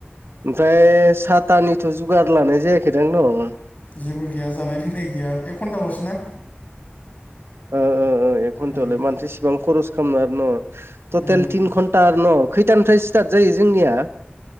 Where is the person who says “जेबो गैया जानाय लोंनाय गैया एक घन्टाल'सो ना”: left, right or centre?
Left